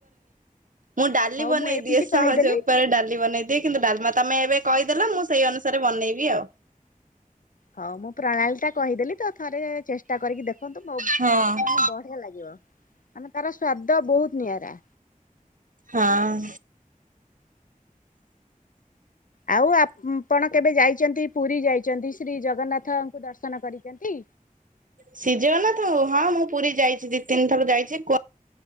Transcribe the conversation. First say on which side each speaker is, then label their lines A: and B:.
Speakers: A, on the right; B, on the left.
A: ମୁଁ ଡାଲି
B: ହଉ
A: ବନେଇ
B: ମୁଁ ଏମିତି
A: ଦିଏ ସହଜ
B: କହିଦେଲି।
A: ଉପରେ ଡାଲି ବନେଇ ଦି କିନ୍ତୁ ଡାଲମା ତମେ ଏବେ କହିଦେଲା ମୁଁ ସେଇ ଅନୁସାରେ ବନେଇବି ଆଉ
B: ହଉ ମୁଁ ପ୍ରଣାଳୀ ଟା କହିଦେଲି ତ ଥରେ ଚେଷ୍ଟା କରିକି ଦେଖନ୍ତୁ ମୋ ମାନେ
A: ହଁ।
B: ବ ଲାଗିବ ମାନେ ତାର ସ୍ଵାଦ ବହୁତ ନିଆରା
A: ହଁ
B: ଆଉ ଆପଣ କେବେ ଯାଇଛନ୍ତି ପୁରୀ ଯାଇଛନ୍ତି ଶ୍ରୀ ଜଗନ୍ନାଥଙ୍କୁ ଦର୍ଶନ କରିଛନ୍ତି।
A: ଶ୍ରୀଜଗନ୍ନାଥ ଙ୍କୁ ହଁ ମୁଁ ପୁରୀ ଯାଇଛି ଦି ତିନି ଥର ଯାଇଛି କୁ